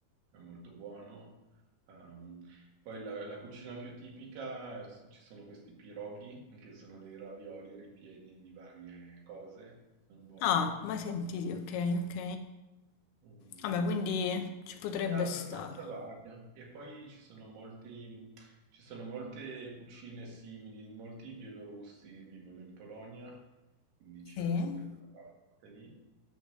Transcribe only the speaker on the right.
è molto buono. Ehm, poi la, la cucina più tipica, eh, ci sono questi piroghi, che sono dei ravioli ripieni di varie cose, sono buoni.
Mm,
È abbastanza
varia e poi ci sono molti, ci sono molte cucine simili, molti bielorussi vivono in Polonia quindi c'è
anche quella parte lì.